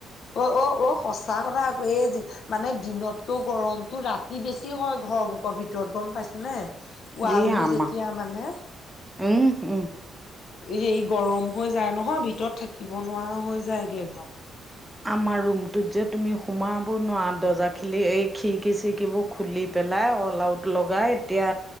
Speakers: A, on the left (about 65°); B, in the centre.
A: অ অ অ সঁচা কথা কৈয়ে যি মানে দিনতকেও গৰমতটো ৰাতি বেছি হয় ঘৰৰ বুকৰ ভিতৰত গম পাইছো নে। ৱাল
B: ই
A: বোৰ
B: আমা
A: যেতিয়া মানে
B: উম উম
A: হে গৰম হৈ যায় নহয় ভিতৰত থাকিব নোৱাৰা হৈ যায়গে একদম।
B: আমাৰ ৰুমটোত যে তুমি সোমাব নোৱাৰা দজাখিলি এই খিৰিকী চিৰিকিবোৰ খুলি পেলাই অ'। পলাউত লগাই এতিয়া